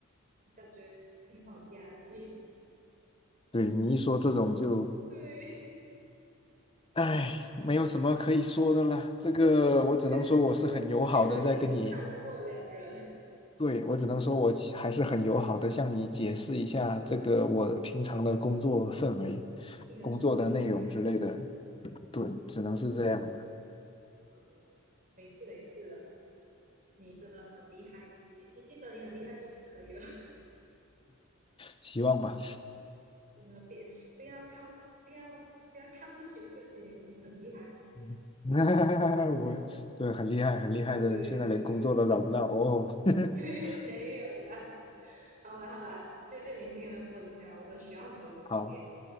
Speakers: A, on the right (about 40°); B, on the left (about 25°).
A: 我感觉你好压力，
B: 对你一说这种就，
A: <laughs> 对。
B: 哎，没有什么可以说的啦，这个我只能说我是很友好的在跟你。
A: 跟跟跟之前的你判若两人，
B: 对，我只能说，我其还是很友好的向你解释一下这个我平常的工作氛围、
A: <laughs> 是听得出你很压抑。
B: 工作的内容之类的。对，只能是这样的，
A: 嗯，没事没事的，你真的很厉害，你记记得你很厉害就可以了。
B: 希望吧。
A: <laughs> 真的别不要看不要不要看不起自己，你真的很厉害。
B: 嗯 <laughs> 我对，很厉害，很厉害的，
A: 对对对对对
B: 现在连工作都找不到哦。<laughs>
A: <laughs> 对，没有啦。好啦好啦，谢谢你今天的分享，我真的学到很多东西。
B: 好，